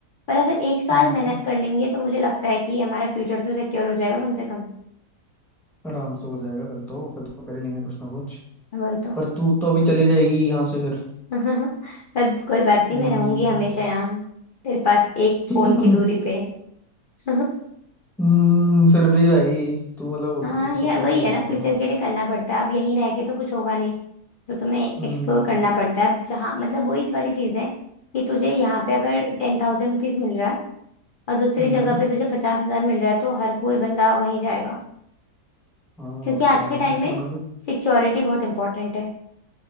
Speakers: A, on the left (about 70°); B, in the centre.
A: पर अगर एक साल
B: हम्म
A: मेहनत कर लेंगे तो मुझे लगता है कि हमारा फ्यूचर तो सिक्योर हो जाएगा कम से कम
B: आराम से हो जाएगा फिर तो फिर तो कर ही लेंगे कुछ ना कुछ
A: वही तो
B: पर तू तो अभी चली जाएगी यहाँ से फिर
A: <laughs> पर कोई बात नहीं
B: हम्म
A: मैं रहूंगी हमेशा यहाँ तेरे पास एक फोन
B: <laughs>
A: की दूरी पे <laughs>
B: हम्म फिर भी भाई तू मतलब होती
A: हाँ
B: थी तो सपोर्ट
A: यार वही
B: मिल जाता
A: है ना फ्यूचर
B: था ना
A: के लिए करना पड़ता है अब यहीं रह के तो कुछ होगा नहीं तो तुम्हें
B: हम्म
A: एक्सप्लोर करना पड़ता है अब जहाँ मतलब वही वाली चीज़ है कि तुझे यहाँ पे अगर टेन थाउजेंड रुपीज मिल रहा है और दूसरी
B: हम्म
A: जगह पे तुझे पचास हजार मिल रहा है तो हर कोई बंदा वहीं जाएगा
B: हाँ
A: क्योंकि
B: और
A: आज
B: क्या
A: के टाइम में
B: गाना भी
A: सिक्योरिटी बहुत इंपॉर्टेंट है